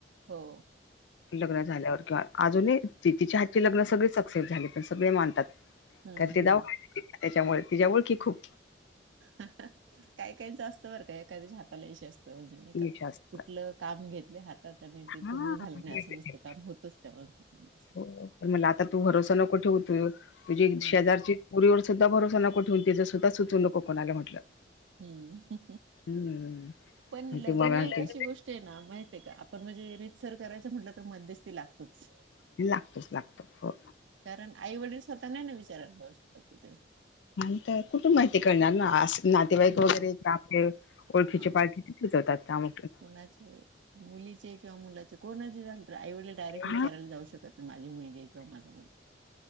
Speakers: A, on the right (about 80°); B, on the left (about 75°).
A: हो.
B: लग्न झाल्यावर किंवा अजूनही तिच्या हातची लग्न सगळी सक्सेस झाली पण सगळे मानतात.
A: हम्म
B: कारण ती दवाखान्यात
A: हम्म.
B: होती ना, त्याच्यामुळे तिच्या ओळखी खूप
A: काही -काहीच आस्त बरं का, एखाद्याच्या हाताला यश असतं म्हणजे नही का
B: यश असतं
A: कुठलं काम घेतले हातात आणि ते
B: हा
A: पूर्ण झालं नाही, असं नसतं काम होतच त्या. <unintelligible>
B: हो, पण म्हणलं आता तू भरोसा नको ठेवु तु, तुझी
A: हम्म
B: शेजारची पोरीवरच सुद्धा भरोसा नको ठेवू, तिंच सुद्धा सुचवू नको कोणाला म्हटलं.
A: हम्म,
B: हम्म
A: पण
B: आणि
A: लग्न
B: ते मग
A: हे कशी
B: ते
A: गोष्ट आहे ना माहित ये का? आ पण म्हणजे रीतसर करायचं म्हटलं तर मध्यस्ती लागतच.
B: लागतच लागत हो.
A: कारण आई वडील स्वतः नाही ना विचारायला जाऊ शकतात कुठं
B: आणि इथं कुठून माहिती कळणार ना, अस नातेवाईक
A: हम्म
B: वगैरे आपले ओळखीची
A: हा
B: पाळखीचे सुचवतात नावे
A: कोणाचे मुलीचे किंवा मुलाचे कोणाचे झाले तर आईवडील डायरेक्ट विचारायला
B: हा
A: जाऊ शकत नाही माझी मुलगी हाय किंवा माझा मुलगा हाय